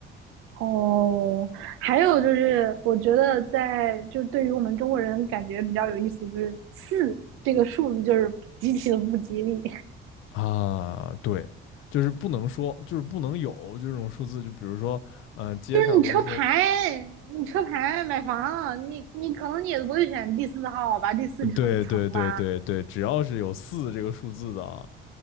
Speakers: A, on the right (about 80°); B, on the left (about 75°).
A: 哦，还有就是，我觉得在就是对于我们中国人感觉比较有意思，就是四这个数字就是极其的不吉利，
B: 啊，对，就是不能说，就是不能有这种数字，就比如说，呃，街上的一些，
A: 就是你车牌，
B: 呃
A: 你车牌买房，你你可能你也不会选第四号吧，第四层层吧，
B: 对对对对对，只要是有四这个数字的啊，